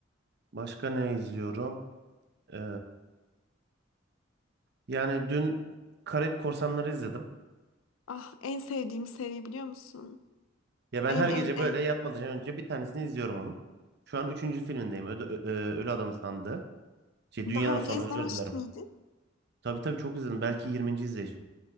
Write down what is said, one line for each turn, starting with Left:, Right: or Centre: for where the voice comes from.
Right: Başka ne izliyorum? Ee, yani dün Karayip Korsanları izledim.
Left: Ah, en sevdiğim seri biliyor musun?
Right: Ya ben
Left: En
Right: her
Left: en
Right: gece böyle
Left: en.
Right: yatmadan önce bir tanesini izliyorum onun. Şu an üçüncü filmindeyim. Öde, Ö- Ö- Ölü Adam'ın sandığı. Şey
Left: Daha
Right: Dünyanın
Left: önce
Right: Sonu
Left: izlemiş
Right: özür dilerim.
Left: miydin?
Right: Tabii tabii çok izledim. Belki
Left: Heh.
Right: 20. izleyişim.